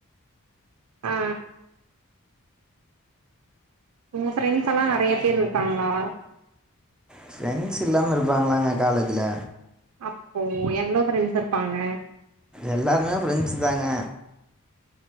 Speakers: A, on the right (about 80°); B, in the centre.
A: ஆ உங்க ஃப்ரெண்ட்ஸ் எல்லா நெறைய பேர் இருக்காங்ளா
B: ஃப்ரெண்ட்ஸ் இல்லாம இருப்பாங்களாங்க காலேஜ்ல
A: அப்போ எவ்ளோ ஃப்ரெண்ட்ஸ் இருப்பாங்க
B: எல்லாருமே ஃப்ரெண்ட்ஸ் தாங்க